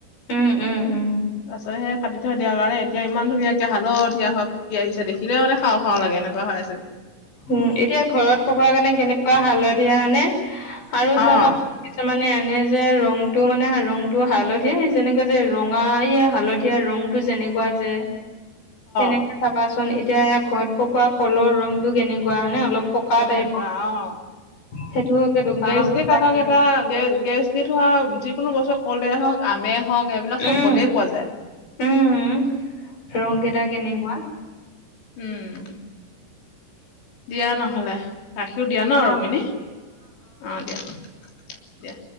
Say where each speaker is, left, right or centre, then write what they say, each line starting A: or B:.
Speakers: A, on the left (about 50°); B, on the left (about 85°).
A: উম উম উম
B: পাছত সে খাদ থ দিয়াৰ কাৰণে এতিয়া ইমান ধুনীয়াকে হালধীয়া হয় পকি আহিছে দেখি সি মানে খাওঁ, খাওঁ লাগে। এনেকুৱা খাই চাগে
A: উম, এতিয়া ঘৰত পকাৰ কাৰণে কেনেকুৱা হালধীয়া আনে আৰু চাবা
B: অ
A: কিছুমান মে আনে যে ৰংটো মানে ৰংটো হালধীয়া যেনেকুৱা যে ৰঙা ই হালধীয়া ৰংটো যেনেকুৱা যে তেনেকে
B: অ
A: চাবাচোন এতিয়া ঘৰত পকোৱা কলৰ ৰংতটো কেনেকুৱা হয়ানে অলপ পকা
B: কেনেকুৱা
A: টাইপ
B: অ'।
A: সেইটোকে দোকানত
B: গেছ
A: কোনোবাই
B: দি কটা,
A: নিয়ে
B: কেইটা গে, গেছ দি থোৱা যিকোনো বস্তু কল দে অ'। আমে হওক সেইবিলাক চব
A: উম
B: গমেই পোৱা যায়।
A: উম, ৰং কেইটা কেনেকুৱা?
B: উম দিয়া নহলে ৰাখিও দিয়া ন
A: অ
B: ৰুক্মিনী অ' দিয়া। দিয়া।